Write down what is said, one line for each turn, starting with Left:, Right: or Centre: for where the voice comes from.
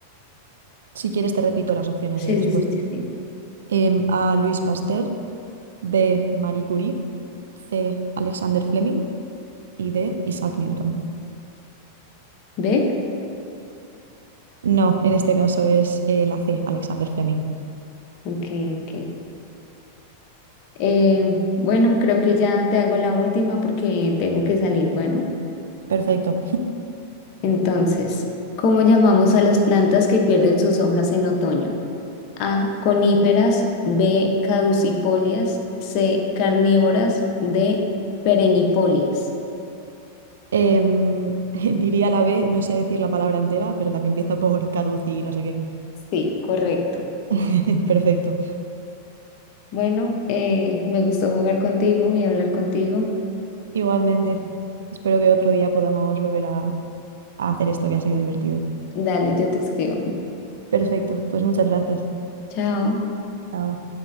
Right: Si quieres te repito las opciones
Left: Sí,
Right: de respuesta.
Left: sí, sí, sí, sí.
Right: Em, A. Louis Pasteur, B. Marie Curie, C. Alexander Fleming y D. Isaac Newton.
Left: ¿B?
Right: No, en este caso es eh, la C, Alexander Fleming.
Left: Ok, ok. Eh, bueno, creo que ya te hago la última porque tengo que salir. Bueno,
Right: Perfecto.
Left: entonces, ¿cómo llamamos a las plantas que pierden sus hojas en otoño? A. Coníferas. B. Caducifolias. C. Carnívoras. D. Perennifolias.
Right: Em, <laughs> diría la B, no sé decir la palabra entera, pero la que empieza por caduci y no sé qué.
Left: Sí, correcto.
Right: <laughs> Perfecto.
Left: Bueno, eh, me gustó jugar contigo y hablar contigo.
Right: Igualmente, espero que otro día podamos volver a, a hacer esto que ha sido divertido.
Left: Dale, yo te escribo.
Right: Perfecto, pues muchas gracias.
Left: Chao.
Right: Chao.